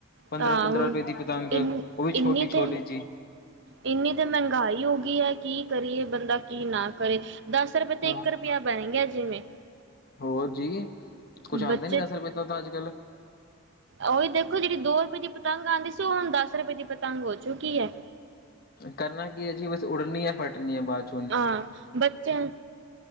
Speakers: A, on the left; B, on the right.
A: ਪੰਦਰਾਂ-ਪੰਦਰਾਂ
B: ਤਾਂ ਹੁਣ
A: ਰੁਪਏ ਦੀ ਪਤੰਗ
B: ਇਨ
A: ਉਹ ਵੀ ਛੋਟੀ-ਛੋਟੀ
B: ਇੰਨੀ ਤੇ
A: ਜੀ।
B: ਇੰਨੀ ਤੇ ਮਹਿੰਗਾਈ ਹੋ ਗਈ ਏ, ਕੀ ਕਰੀਏ ਬੰਦਾ ਕੀ ਨਾ ਕਰੇ। ਦਸ ਰੁਪਏ ਤੇ
A: ਹਾਂ।
B: ਇੱਕ ਰੁਪਇਆ ਬਣ ਗਿਆ ਜਿਵੇਂ।
A: ਹੋਰ ਜੀ, ਕੁਛ ਆਂਦਾ
B: ਬੱਚੇ
A: ਨੀ ਦਸ ਰੁਪਏ ਤੋਂ ਤਾਂ ਅੱਜ-ਕੱਲ੍ਹ।
B: ਉਹੀ ਦੇਖੋ ਜਿਹੜੀ ਦੋ ਰੁਪਏ ਦੀ ਪਤੰਗ ਆਂਦੀ ਸੀ। ਉਹ ਹੁਣ ਦਸ ਰੁਪਏ ਦੀ ਪਤੰਗ ਹੋ ਚੁੱਕੀ ਐ।
A: ਕਰਨਾ ਕੀ ਹੈ ਜੀ ਬਸ ਉੱਡਨੀ ਏ, ਫਟਨੀ ਏ ਬਾਦ ਚੋ
B: ਹਾਂ ਬੱਚਿਆਂ,